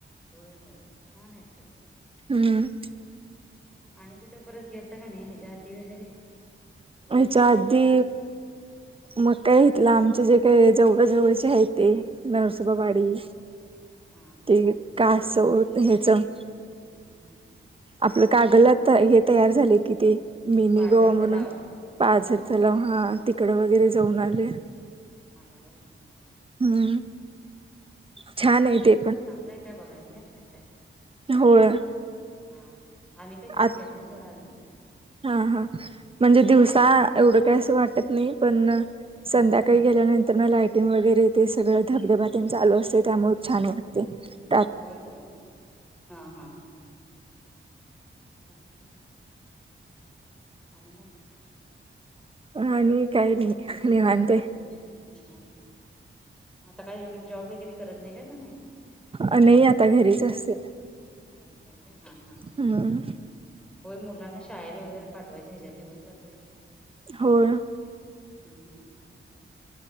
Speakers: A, in the centre; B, on the right.
A: होय होय छान आहेत सगळे.
B: हम्म.
A: आणि कुठे परत गेलता का नाही ह्याच्या हाती वगैरे
B: होयच्या आदी मग काय घेतला. आमचे जे काय जेवळ जवळचे हाय ते. नर्स वा-बाडी,
A: हा हा हा
B: ते कासव ते हेचं.
A: हम्म.
B: आपलं का गलत. हे तयार झालंय कि ते. मिनी
A: पाझर
B: गोवा म्हणून,
A: तलाव
B: पाझर
A: हा
B: तलाव
A: मिनी
B: हा
A: गाव
B: तिकडं वगैरे जाऊन आले.
A: आला होय, ह ह.
B: हं छान आहे
A: तिथं
B: ते
A: पण चांगलंय काय? बघायण्यासारखंय?
B: होय.
A: हा हा. आम्ही काय तिथे
B: आत
A: गेलो नाही सोड अजून.
B: हा हा, म्हणजे दिवसा एवढं काय असं वाटतं नाही. पणं, संध्याकाळी गेल्यानंतर न लायटिंग वगैरे ते सगळं धबधबा तेन चालू असतंय. त्यामुळे छान वाटते ते.
A: होय होय, हा हा. <unintelligible> आणि मग?
B: आणि काय नाही, निवांत.
A: हम्म निवांत, आता काय वगैरे जॉब वगैरे करत नाही काय तुम्ही?
B: अ, नई आता घरीच असते.
A: घरीच हाय का, हा हा.
B: हम्म
A: होय मुलांना शाळेला वगैरे पाठवायचं ह्याच्यात दिवस जातोय.
B: होय.
A: हम्म,